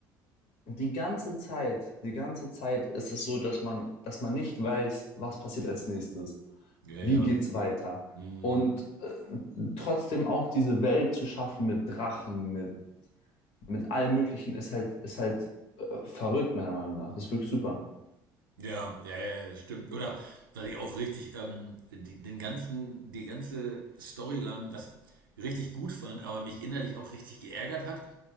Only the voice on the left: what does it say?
die ganze Zeit, die ganze Zeit ist es so, dass man, dass man nicht weiß, was passiert als nächstes,
wie
geht's weiter.
Und äh, trotzdem auch diese Welt zu schaffen mit Drachen, mit mit allem Möglichen ist halt, ist halt äh, verrückt, meiner Meinung nach. Das ist wirklich super.